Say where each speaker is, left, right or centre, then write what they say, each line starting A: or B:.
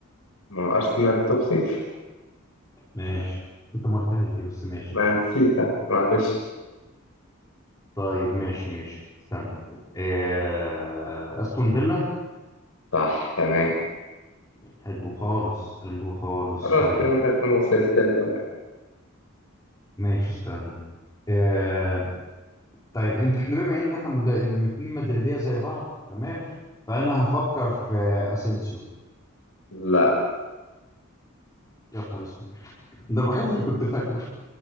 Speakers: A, on the left (about 85°); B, on the left (about 15°).
A: ما هو أرسنال توب 6
B: ماشي انت ما قلتهاش دي بس ماشي
A: ما نسيتها معلش
B: طيب ماشي ماشي استنى اه استون فيلا
A: صح تمام
B: حلو خالص حلو خالص
A: خلاص
B: طيب
A: كده أنت تكون وصلت له يعني
B: ماشي استنى اه طيب انت احنا بما ان احنا مد- اتنين مدريدية زي بعض تمام فانا هفكر في اسينسيو
A: لا
B: يا نهار اسود ده الوحيد اللي كنت فاكره